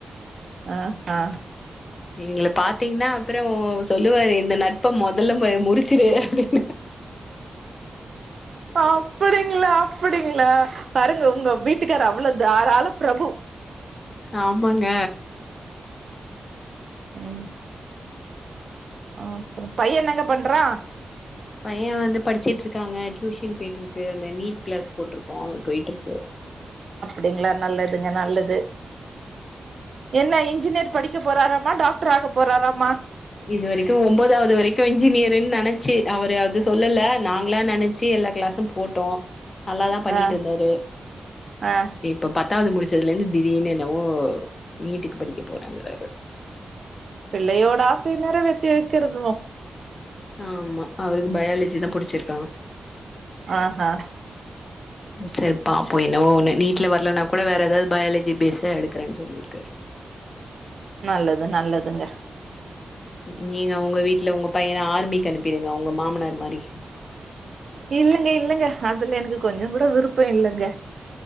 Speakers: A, on the right; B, on the left.
A: ஆ ஆ
B: எங்கள பாத்தீங்கன்னா அப்பறோ சொல்லுவாரு இந்த நட்ப முதல்ல முறுச்சுரு அப்ப
A: ஆம் அப்டிங்களா அப்டிங்களா பாருங்க உங்க வீட்டுக்கார அவ்வள தாராள பிரபு
B: ஆமாங்க
A: ம் ஆப்புறோ பைய என்னங்க பண்றா
B: பைய வந்து படிச்சுட்ருக்காங்க டியூஷன் போயிட்டு இருக்கு அந்த நீட் கிளாஸ் போட்ருக்கோ போயிட்ருக்கு
A: டிங்களா நல்லதுங்க நல்லது என்ன இன்ஜினியர் படிக்க போறாராமா டாக்டர் ஆக போறாராமா
B: இது வரைக்கு ஒன்பதாவது வரைக்கு இன்ஜினியருன்னு நெனச்சு அவரு அது சொல்லல நாங்களா நெனைச்சு எல்லா கிளாஸு போட்டோ நல்லாதா பண்ணிட்டு
A: ஆஹ்
B: இருந்தாரு
A: ஆஹ்
B: இப்ப ப த்தாவது முடிச்சதுல இருந்து திடீர்னு என்னவோ நீீட்டுக்கு படிக்க போறேங்குறாரு
A: பிள்ளையோட ஆசைய நெறவேத்தி வெக்கறதுமா
B: ஆமா அவருக்கு பயாலஜி தா புடிச்சிருக்கா
A: ஆஹ்ஹ
B: செரிப் பாப்போ என்னவோ ஒன்னு நீட்டுல வரலனா கூட வேற ஏதாவது பயாலஜி பேஸா எடுக்குறேன்னு சொல்லிருக்காரு
A: நல்லது நல்லதுங்க
B: நீங்க உங்க வீட்ல உங்க பையன ஆர்மிக்கு அனுப்பிடுங்க உங்க மாமனார் மாரி
A: இல்லங்க இல்லங்க அதுல எனக்கு கொஞ்சோ கூட விருப்போ இல்லங்க